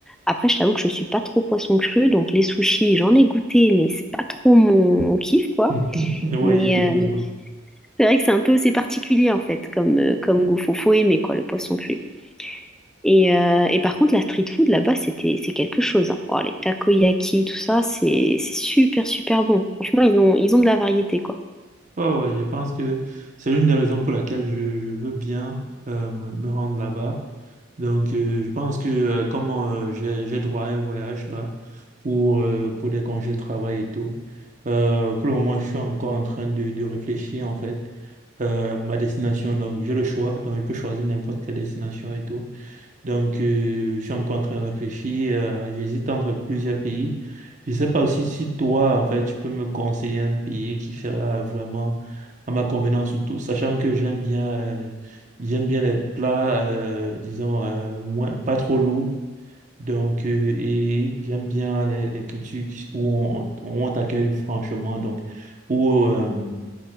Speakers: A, in the centre; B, on the right.
A: Après, je t'avoue que je suis pas trop poisson cru, donc les sushis, j'en ai goûté, mais c'est pas trop mon, mon kiff, quoi.
B: <laughs>
A: Mais
B: Oui, effectivement.
A: euh, c'est vrai que c'est un peu, c'est particulier en fait, comme, euh, comme goût. Faut, faut aimer quoi, le poisson cru. Et, euh, et par contre, la street food là-bas, c'était, c'est quelque chose. hein. Oh, les takoyaki, tout ça, c'est c'est super, super bon. Franchement, ils ont, ils ont de la variété, quoi.
B: Ouais, ouais, je pense que c'est l'une des raisons pour laquelle je, je veux bien euh, me me rendre là-bas. Donc, euh, je pense que euh, comme euh, j'ai, j'ai droit à un voyage là pour, euh, pour des congés de travail et tout, euh, pour le moment, je suis encore en train de, de réfléchir en fait euh, ma destination. Donc, j'ai le choix. Donc, je peux choisir n'importe quelle destination et tout. Donc, euh, je suis encore en train de réfléchir. euh, j'hésite entre plusieurs pays. Je ne sais pas aussi si toi, en fait, tu peux me conseiller un pays qui fera vraiment à ma convenance, surtout, sachant que j'aime bien, euh, j'aime bien les plats, euh, disons, euh, moins, pas trop lourds. Donc, euh, et j'aime bien les, les cultures qui- où on, où on t'accueille franchement. Donc, où, euh,